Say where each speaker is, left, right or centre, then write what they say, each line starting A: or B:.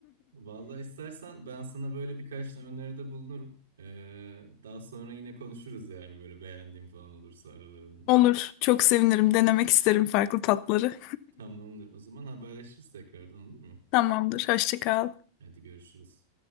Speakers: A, on the right; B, on the left.
A: Vallahi istersen ben sana böyle birkaç tane öneride bulunurum. Ee, daha sonra yine konuşuruz yani böyle beğendiğim falan olursa aralarında.
B: <laughs> Olur. Çok sevinirim. Denemek isterim farklı tatları.
A: Tamamdır. O zaman haberleşiriz tekrardan olur mu?
B: Tamamdır. Hoşça kal.
A: Hadi görüşürüz.